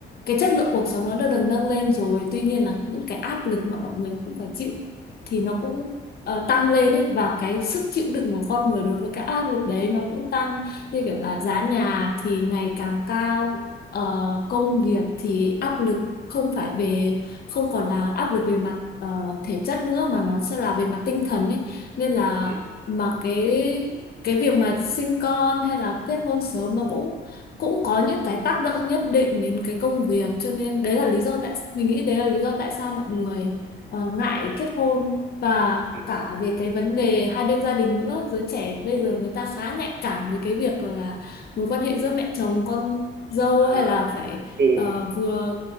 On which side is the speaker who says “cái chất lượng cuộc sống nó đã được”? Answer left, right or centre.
Left